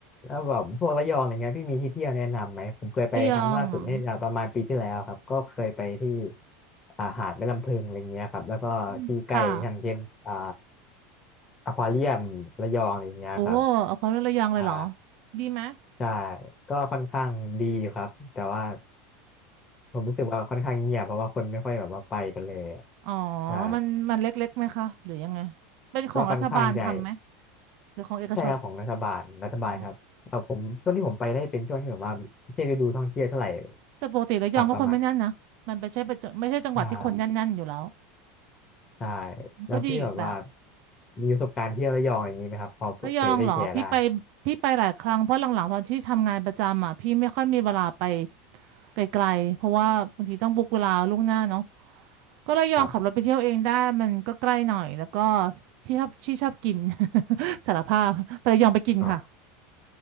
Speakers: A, on the left (about 30°); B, on the right (about 60°).
A: แล้วแบบพวกระยองอะไรเงี้ยพี่มีที่เที่ยวแนะนำไหม ผมเคยไปครั้งล่าสุดนี่ประมาณปีที่แล้วครับก็เคยไปที่
B: ระยองเหรอ
A: อ่าหาดแม่ลำพึงอะไรเงี้ยครับแล้วก็ที่ใกล้อย่างเช่นอ่า
B: อืมค่ะ
A: อควาเรียมระยองอะไรเงี้ยครับ
B: โอ้เอาความว่าระยองเลยเหรอ
A: ใช่
B: ดีไหม
A: ใช่ก็ค่อนข้างดีอยู่ครับแต่ว่าผมรู้สึกว่าค่อนข้างเงียบเพราะว่าคนไม่ค่อยแบบว่าไปกันเลยอะ
B: อ๋อ
A: ใช่
B: มันมันเล็กๆไหมคะหรือยังไงเป็นของรัฐบาลทำไหม
A: ก็ค่อนข้างใหญ่
B: หรือของเอกชน
A: ใช่ครับของรัฐบาลรัฐบาลครับเออผมช่วงที่ผมไปได้เป็นช่วงที่แบบว่าไม่ใช่ฤดูท่องเที่ยวเท่าไหร่
B: อ๋อแต่ปกติระยองก็คนไม่แน่นนะมันไม่ใช่เป็นจังไม่ใช่จังหวัดที่คนแน่นๆอยู่แล้ว
A: ครับประมาณอ่าใช่แล้วพี่แบบว่า
B: ก็ดีอีกแบบ
A: มีประสบการณ์เที่ยวระยองอย่างนี้ไหมครับพอเผื่อจะได้แชร์ได้
B: ระยองเหรอพี่ไปพี่ไปหลายครั้งเพราะหลังๆตอนที่ทำงานประจำอ่ะพี่ไม่ค่อยมีเวลาไป ไกลๆเพราะว่าบางทีต้องบุ๊กเวลาล่วงหน้าเนาะก็เลยยอมขับรถไปเที่ยวเองได้มันก็ใกล้หน่อย
A: ครับ
B: แล้วก็พี่ชอบที่ชอบกิน <laughs> สารภาพไประยองไปกินค่ะ
A: อ๋อ